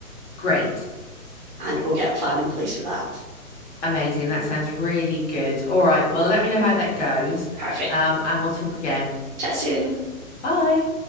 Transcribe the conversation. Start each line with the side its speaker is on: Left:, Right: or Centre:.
Left: Great.
Right: and we'll get a plan in place for that.
Left: Amazing. That sounds really good. All right. Well, let me know how that goes.
Right: Perfect.
Left: Um, and we'll talk again.
Right: Chat soon.
Left: Bye.